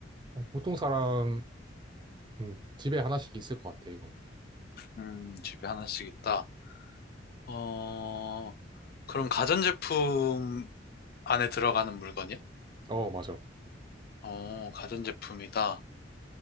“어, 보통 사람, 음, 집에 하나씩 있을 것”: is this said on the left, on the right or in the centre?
Right